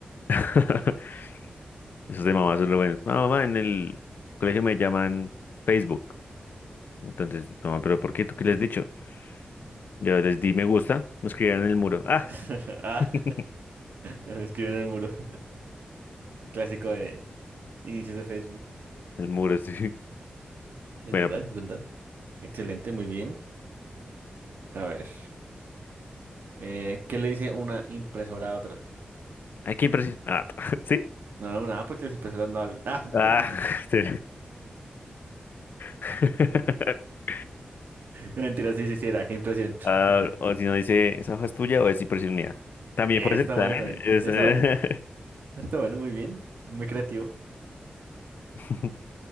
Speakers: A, on the left; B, on the right.
A: <laughs> Esos de mamá son lo buenos Mamá, mamá, en el colegio me llaman Facebook. Entonces, mamá, ¿pero por qué? ¿Tú qué les
B: <laughs>
A: has dicho? Yo les di me gusta, me escribieron en el muro. ¡Ah!
B: <laughs> Ah,
A: <laughs>
B: <laughs> me escribió en el muro. <laughs> Clásico de inicios de Facebook.
A: El muro, sí.
B: Es
A: Bueno,
B: verdad, es verdad. Excelente, muy bien. A ver. eh, ¿qué le dice una impresora a otra?
A: aquí preciso. Ah, <laughs> ¿sí?
B: No, no, nada, porque las impresoras no hablan. Ah,
A: Ah,
B: <laughs> no.
A: <laughs> sí. <laughs>
B: Mentira, sí, sí, sí, era. Qué impresión. <laughs>
A: Ah, o si no dice, ¿esa hoja es tuya o es impresión mía? También
B: Está
A: puede ser, también.
B: bueno también.
A: es,
B: Está
A: eh.
B: bueno. Está bueno, muy bien. Muy creativo.
A: <laughs>